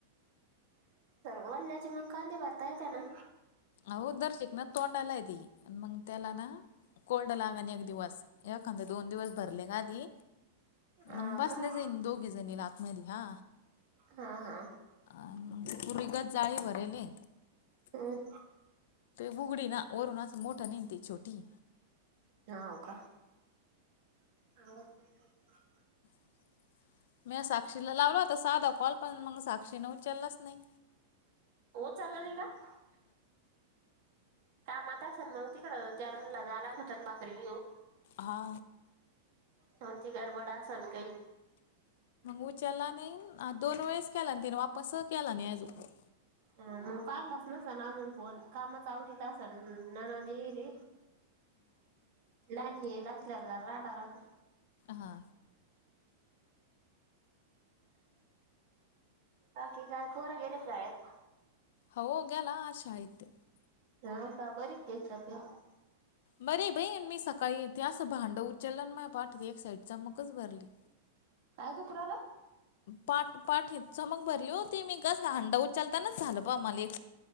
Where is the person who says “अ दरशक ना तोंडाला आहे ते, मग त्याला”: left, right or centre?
Left